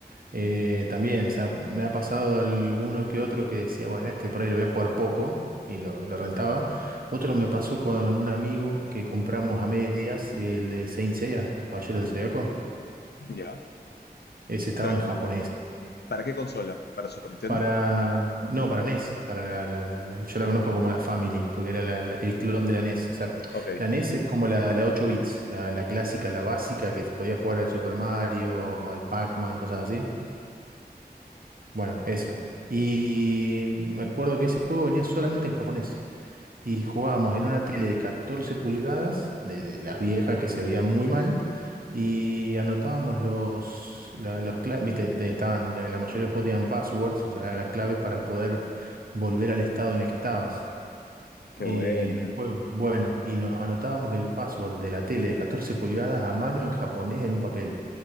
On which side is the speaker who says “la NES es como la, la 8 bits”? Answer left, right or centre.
Right